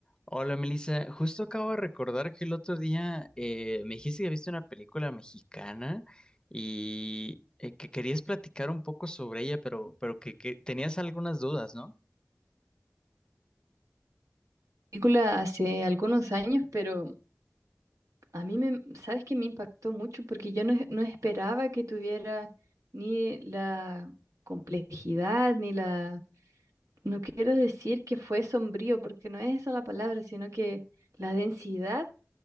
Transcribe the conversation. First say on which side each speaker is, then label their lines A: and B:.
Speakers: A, on the left (about 15°); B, on the right (about 80°).
A: Hola Melissa, justo acabo de recordar que el otro día eh, me dijiste que viste una película mexicana y eh, que querías platicar un poco sobre ella, pero, pero que, que tenías algunas dudas, ¿no?
B: película hace algunos años, pero a mí me, sabes que me impactó mucho porque yo no, es- no esperaba que tuviera ni la complejidad, ni la, no quiero decir que fue sombrío, porque no es esa la palabra, sino que la densidad